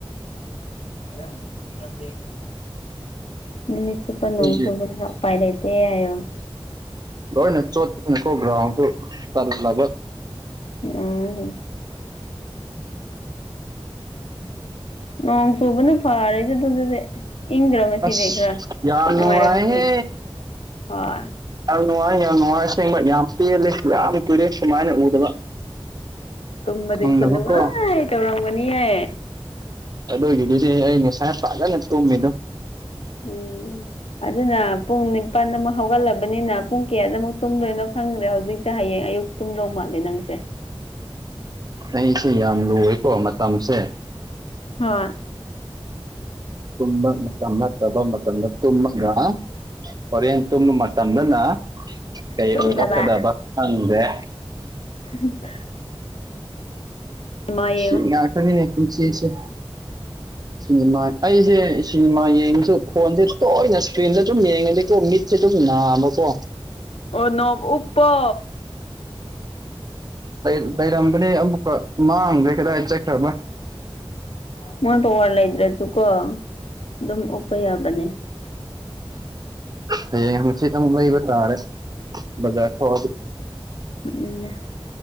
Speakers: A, on the left; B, on the right.
A: ꯑꯣ ꯅꯨꯃꯤꯠ ꯆꯨꯞꯄ ꯅꫭꯡ
B: ꯑꯩꯈꯣꯏꯁꯦ
A: ꯆꯨꯕꯗꯨꯗ ꯎꯄꯥꯏ ꯂꯩꯇ‌ꯦ ꯍꯥꯏꯌꫭ
B: ꯂꯣꯏꯅ ꯆꯣꯠꯄꯅ‌ꯦꯀꯣ ꯒ꯭ꯔꯥꯎꯟꯁꯨ ꯇꯜꯂꯕ
A: ꯎꯝ ꯅꯣꯡ ꯆꯨꯕꯅ ꯐꯔꯦꯗ ꯑꯗꯨꯕꯨꯗꯤ ꯏꯪꯗ꯭ꯔꯣ ꯉꯁꯤꯗꯤ
B: ꯑꯁ
A: ꯈꯔ
B: ꯌꯥꯝ
A: ꯅꯨꯡꯉꯥꯏꯔꯝꯒꯅꯤ
B: ꯅꯨꯡꯉꯥꯏꯍꯦ
A: ꯍꯣꯏ
B: ꯑꯧ ꯅꯨꯡꯉꯥꯏ ꯌꯥꯝ ꯅꯨꯡꯉꯥꯏ ꯑꯁꯦꯡꯕ ꯌꯥꯝ ꯄ‌ꯦꯜꯂ‌ꯦ ꯌꯥꯝ ꯀꯨꯏꯔ‌ꯦ ꯁꯨꯃꯥꯏꯅ ꯎꯗꯕ
A: ꯇꯨꯝꯕꯗꯤ
B: ꯐꯪꯗꯕꯀꯣ
A: ꯈꯨꯠ ꯅꯨꯡꯉꯥꯏ ꯇꯧꯔꯝꯒꯅꯤꯌꯦ
B: ꯑꯗꯨꯒꯤꯗꯤꯅꯦꯍ ꯑꯩ ꯉꯁꯥꯏ ꯐꯖꯅ ꯇꯨꯝꯃꯦ ꯑꯗꯨꯝ
A: ꯎꯝ ꯑꯗꯨꯅ ꯄꯨꯡ ꯅꯤꯄꯥꯟꯗ ꯑꯃꯨꯛ ꯍꯧꯒꯠꯂꯕꯅꯤꯅ ꯄꯨꯡ ꯀꯌꯥꯗꯃꯨꯛ ꯇꯨꯝꯗꯣꯏꯅꯣ ꯈꯪꯗ꯭ꯔꯦ ꯍꯧꯖꯤꯛꯇ ꯍꯌꯦꯡ ꯑꯌꯨꯛ ꯇꯨꯝꯗꯧ ꯃꯥꯜꯂꯦ ꯅꯪꯁꯦ
B: ꯑꯩꯁꯦ ꯌꯥꯝ ꯂꯣꯏꯀꯣ ꯃꯇꯝꯁꯦ
A: ꯍꯣꯏ
B: ꯇꯨꯝꯕ ꯃꯇꯝ ꯅꯠꯇꯕꯥ ꯃꯇꯝꯗ ꯇꯨꯝꯃꯒ ꯍꯣꯔꯦꯟ ꯇꯨꯝꯕ ꯃꯇꯝꯗꯅ ꯀꯩ
A: ꯇꯨꯝꯗꯕ
B: ꯑꯣꯏꯔꯛꯀꯗꯕ ꯈꯪꯗꯦ
A: <unintelligible> ꯁꯤꯃꯥ ꯌꯦꯡꯉꯣ
B: ꯁꯤ ꯉꯥꯛꯇꯅꯤꯅꯦ ꯄꯨꯟꯁꯤꯁ‌ꯦ ꯁꯤꯅꯤꯃꯥ ꯑꯩꯁ‌ꯦ ꯁꯤꯅꯤꯃꯥ ꯌꯦꯡꯉꯁꯨ ꯐꯣꯟꯁꯦ ꯇꯣꯏꯅ ꯏꯁꯀ꯭ꯔꯤꯟꯗ ꯑꯗꯨꯝ ꯌꯦꯡꯉꯗꯤꯀꯣ ꯃꯤꯠꯁꯦ ꯗꯨꯝ ꯅꯥꯕꯀꯣ
A: ꯑꯣꯅꯣꯞ ꯎꯨꯞꯄꯣ
B: ꯂꯩ ꯂꯩꯔꯝꯕꯅꯦ ꯑꯃꯨꯛꯀ ꯃꯥꯡꯒ꯭ꯔꯦ ꯀꯗꯥꯏ ꯆꯠꯈ꯭ꯔꯕ
A: ꯃꯣꯟ ꯄꯋꯥꯔ ꯂꯩꯇ꯭ꯔꯁꯨꯀꯣ ꯑꯗꯨꯝ ꯎꯞꯄ ꯌꯥꯕꯅꯦ
B: ꯍꯌ‌ꯦꯡ ꯍꯡꯆꯤꯠ ꯑꯃꯨꯛ ꯂꯩꯩꯕ ꯇꯥꯔꯦ ꯕꯖꯥꯔ ꯊꯣꯛꯑꯗꯤ
A: ꯑꯗꯨꯅꯦ